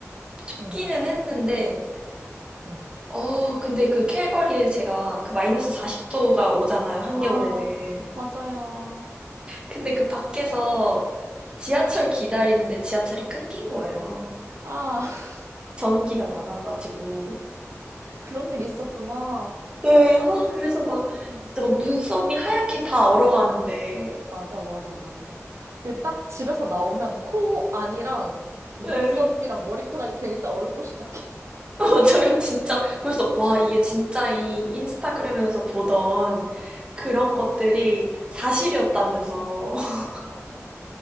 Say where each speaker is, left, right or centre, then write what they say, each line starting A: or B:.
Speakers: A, on the right (about 20°); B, on the right (about 70°).
A: 춥기는
B: 응.
A: 했는데
B: 응.
A: 어 근데 그 캘거리에 제가 그 마이너스 40도가 오잖아요 한겨울에는.
B: 아, 맞아요.
A: 근데 그 밖에서 지하철 기다리는데 지하철이 끊긴 거예요.
B: 아, <laughs>
A: 전기가 나가가지고.
B: 그런 일 있었구나.
A: 네. 아 그래서 막
B: 아,
A: 진짜 막 눈썹이 하얗게 다 얼어가는데
B: 맞아, 맞아, 맞아. 그 딱 집에서 나오면 코 안이랑 눈썹이랑
A: 네.
B: 머리카락이 그냥 일단 얼굴 시작해.
A: <laughs> 맞아요. 진짜 그래서 와 이게 진짜 이 인스타그램에서 보던 그런
B: 음,
A: 것들이 사실이었다면서. <laughs>
B: 맞아.